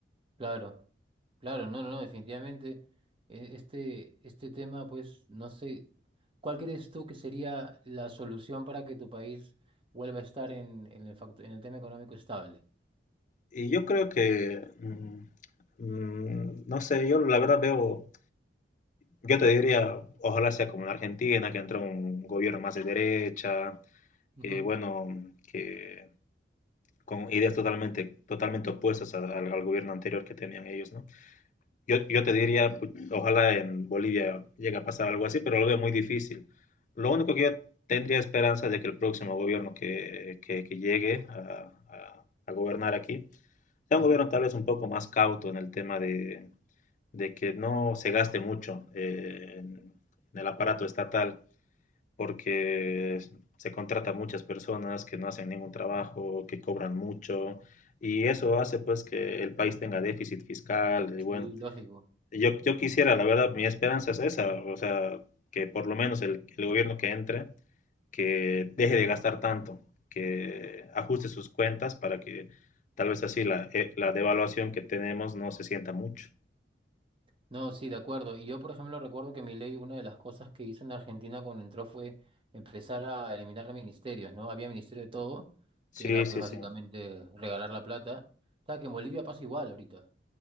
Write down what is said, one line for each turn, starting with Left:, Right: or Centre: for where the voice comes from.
Right: Claro, claro, no, no, no, definitivamente. eh, Este, este tema, pues, no sé, ¿cuál crees tú que sería la solución para que tu país vuelva a estar en, en el, fact- en el tema económico estable?
Left: Y yo creo que, mm, mm, no sé, yo la verdad veo, yo te diría, ojalá sea como en Argentina, que entró un gobierno más de derecha,
Right: Ujú.
Left: que bueno, que con ideas totalmente, totalmente opuestas a- al, al gobierno anterior que tenían ellos, ¿no? Yo, yo te diría, pues, ojalá en Bolivia llegue a pasar algo así, pero lo veo muy difícil. Lo único que yo tendría esperanza de que el próximo gobierno que, que, que llegue a, a, a, gobernar aquí sea
Right: Ajá,
Left: un gobierno tal vez un poco más cauto en el tema de, de que no se gaste mucho eh, en, en el aparato estatal porque se contrata a muchas personas que no hacen ningún trabajo, que cobran mucho, y eso hace pues que el país tenga déficit fiscal, y
Right: sí,
Left: bueno,
Right: lógico.
Left: yo, yo quisiera, la verdad, mi esperanza es esa, o sea, que por lo menos el, el gobierno que entre, que deje de gastar tanto, que ajuste sus cuentas para que tal vez así la, eh, la devaluación que tenemos no se sienta mucho.
Right: No, sí, de acuerdo. Y yo, por ejemplo, recuerdo que Milei, una de las cosas que hizo en Argentina cuando entró fue empezar a eliminar ministerios, ¿no? Había ministerio de todo,
Left: Sí,
Right: que era
Left: sí,
Right: pues básicamente
Left: sí.
Right: regalar la plata. O sea, que en Bolivia pasa igual ahorita.